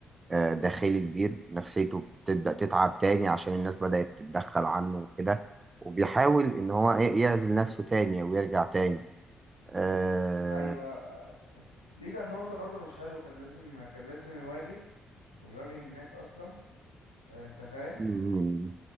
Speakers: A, on the right (about 30°); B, on the left (about 90°).
A: آه، داخلي كبير نفسيته بتبدأ تتعب تاني عشان الناس بدأت تتدخل عنه وكده وبيحاول إن هو إيه يعزل نفسه تاني ويرجع تاني آه،
B: ايوه آه، دي كان نقطة برضو مش حلوة كان لازم كان لازم يواجه ويواجه الناس اصلا آه، انت فاهم
A: مم،